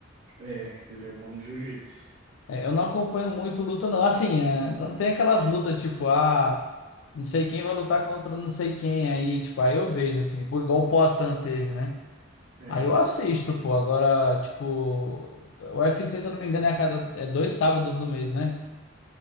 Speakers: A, on the right (about 40°); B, on the left (about 70°).
A: É, ele é bom no jiu-jitsu.
B: É, eu não acompanho muito luta, não. Assim, é, quando tem aquelas lutas, tipo, ah, não sei quem vai lutar contra não sei quem aí, tipo, aí eu vejo, assim, pô, igual o Poatan teve, né?
A: É.
B: Aí eu assisto, pô. Agora, tipo, o UFC, se eu não me engano, é a cada, é dois sábados no mês, né?